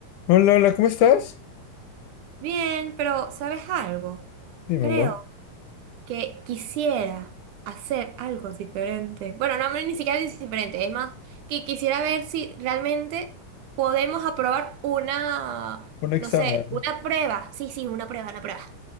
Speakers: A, on the left; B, on the right.
A: Hola, hola, ¿cómo estás?
B: Bien, pero ¿sabes algo?
A: Dímelo.
B: Creo que quisiera hacer algo diferente. Bueno, no, ni siquiera es diferente, es más, que quisiera ver si realmente podemos aprobar una,
A: Un examen.
B: no sé, una prueba. Sí, sí, una prueba, una prueba.